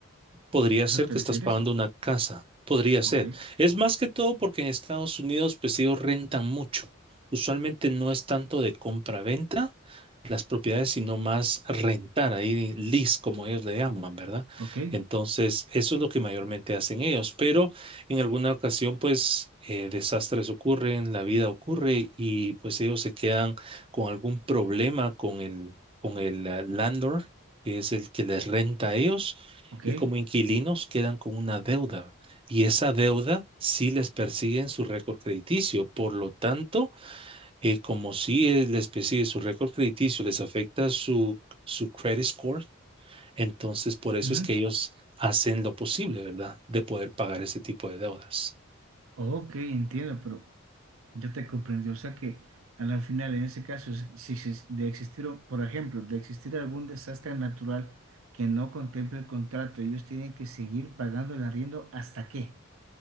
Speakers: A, on the right; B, on the right.
A: Podría
B: ¿Eso
A: ser
B: te
A: que
B: refieres?
A: estás pagando una casa, podría ser.
B: Ok,
A: Es más que todo porque en Estados Unidos, pues ellos rentan mucho. Usualmente no es tanto de compra-venta las propiedades, sino más rentar, ahí lease, como ellos le llaman, ¿verdad?
B: ok,
A: Entonces, eso es lo que mayormente hacen ellos, pero en alguna ocasión, pues, eh, desastres ocurren, la vida ocurre y pues ellos se quedan con algún problema con el, con el eh, landlord, que es el que les renta a ellos
B: ok.
A: y como inquilinos quedan con una deuda y esa deuda sí les persigue en su récord crediticio. Por lo tanto, eh, como sí eh, les persigue su récord crediticio, les afecta su, su credit score, entonces por eso
B: ujú.
A: es que ellos hacen lo posible, ¿verdad? De poder pagar ese tipo de deudas
B: Ok, entiendo, pero Ya te comprendí. O sea que a la final, en ese caso, si, si- si de existir, un- por ejemplo, de existir algún desastre natural que no contemple el contrato, ellos tienen que seguir pagando el arriendo hasta qué,